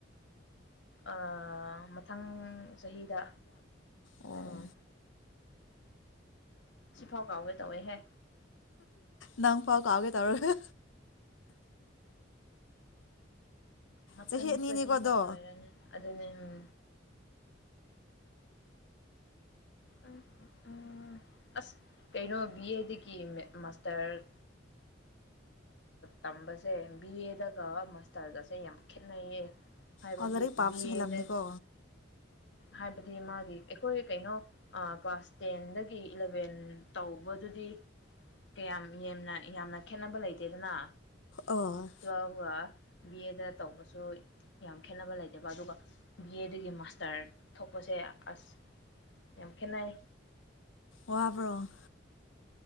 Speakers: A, on the left; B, on the left.
A: ꯑ ꯃ ꯃꯊꯪ ꯆꯍꯤꯗ
B: ꯑꯣ
A: ꯑꯥ ꯁꯤꯐꯥꯎ ꯀꯥꯎꯋꯦ ꯇꯧꯋꯦꯍꯦ
B: ꯅꯪ ꯐꯥꯎ ꯀꯥꯎꯒꯦ ꯇꯧꯔꯣꯒ
A: ꯃꯊꯪ
B: ꯆꯍꯤ ꯑꯅꯤꯅꯤꯀꯣ
A: ꯆꯍꯤꯗ
B: ꯑꯗꯣ
A: ꯂꯣꯏꯔꯅꯤ ꯑꯗꯨꯅꯤ ꯎꯝ ꯎꯝ ꯎꯝ ꯑꯁ ꯀꯩꯅꯣ ꯕꯤ ꯑꯦꯗꯒꯤ ꯃꯥꯁꯇꯔ ꯇꯝꯕꯁꯦ ꯕꯤ ꯑꯦꯗꯒ ꯃꯥꯁꯇꯔꯒꯁꯦ ꯌꯥꯝ ꯈꯦꯅꯩꯌꯦ ꯍꯥꯏꯕꯗꯤ
B: ꯑꯣ ꯂꯥꯏꯔꯤꯛ ꯄꯥꯕꯁꯨ
A: ꯕꯤ
B: ꯍꯦꯜꯂꯝꯅꯤꯀꯣ
A: ꯑꯦꯗ ꯍꯥꯏꯕꯗꯤ ꯃꯥꯒꯤ ꯑꯩꯈꯣꯏ ꯀꯩꯅꯣ ꯀ꯭ꯂꯥꯁ ꯇꯦꯟꯗꯒꯤ ꯏꯂꯚꯦꯟ ꯇꯧꯕꯗꯨꯗꯤ ꯀꯌꯥꯝ ꯌꯥꯝꯅ ꯌꯥꯝꯅ ꯈꯦꯠꯅꯕ ꯂꯩꯇꯦꯗꯅ
B: ꯑꯣ
A: ꯌꯥꯎ ꯋꯥ ꯕꯤ ꯑꯦꯗ ꯇꯧꯕꯁꯨ ꯌꯥꯝ ꯈꯦꯠꯅꯕ ꯂꯩꯇꯕ ꯑꯗꯨꯒ ꯕꯤ ꯑꯦꯗꯒꯤ ꯃꯥꯁꯇꯔ ꯊꯣꯛꯄꯁꯦ ꯑꯁ ꯌꯥꯝ ꯈꯦꯠꯅꯩ
B: ꯋꯥꯕ꯭ꯔꯣ